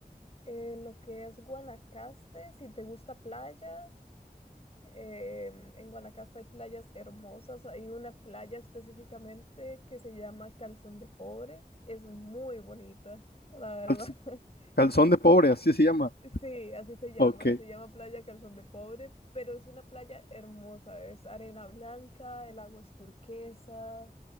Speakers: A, on the left; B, on the left.
A: eh, lo que es Guanacaste, si te gusta playa. em, en Guanacaste hay playas hermosas, hay una playa específicamente que se llama Calzón de Pobre, es muy bonita, la verdad.
B: Calz-
A: <laughs>
B: Calzón de pobre, así se llama.
A: Sí, así se llama.
B: Ok.
A: Se llama Playa Calzón de Pobre, pero es una playa hermosa. Es arena blanca, el agua es turquesa,